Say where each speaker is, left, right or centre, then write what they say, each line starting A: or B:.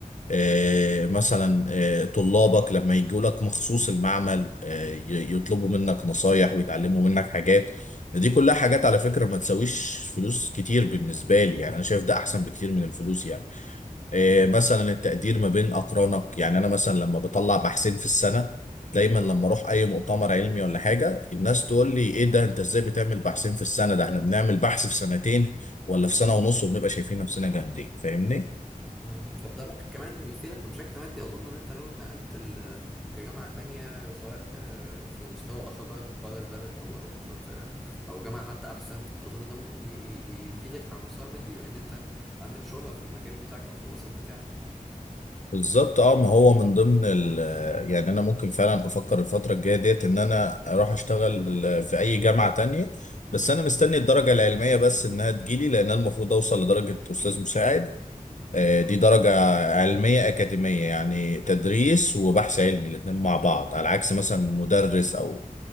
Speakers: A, on the left; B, in the centre.
A: آه، مثلا آه، طلابك لما يجوا لك مخصوص المعمل آه، ي- يطلبوا منك نصايح ويتعلموا منك حاجات دي كلها حاجات على فكرة ما تساويش فلوس كتير بالنسبة لي يعني أنا شايف ده أحسن بكتير من الفلوس يعني آه، مثلا التقدير ما بين أقرانك يعني أنا مثلا لما بطلع بحثين في السنة دايما
B: اه
A: لما أروح أي مؤتمر علمي ولا حاجة الناس تقول لي إيه ده أنت إزاي بتعمل بحثين في السنة ده إحنا بنعمل بحث في سنتين ولا في سنة ونص وبنبقى شايفين نفسنا جامدين فاهمني؟
B: فهمتك طب ده ممكن كمان يفيدك بشكل مادي اظن ان انت لو اتنقلت ل- لجامعه تانية سواء آه، في مستوى اخر بقى في بره البلد او او في في- او جامعه حتى احسن اظن ده ممكن ي- ي- يفيدك على المستوى المادي بما ان انت عندك شهره في المجال بتاعك او في الوسط بتاعك
A: بالظبط اه ما هو من ضمن ال يعني انا ممكن فعلا افكر الفتره الجايه ديت ان انا اروح اشتغل في اي جامعه تانية بس انا مستني
B: امم
A: الدرجه العلميه بس انها تجيلي لان أنا المفروض اوصل لدرجه استاذ مساعد آه،
B: تمام
A: دي درجه علميه اكاديميه يعني تدريس وبحث علمي الاثنين مع بعض على عكس مثلا مدرس او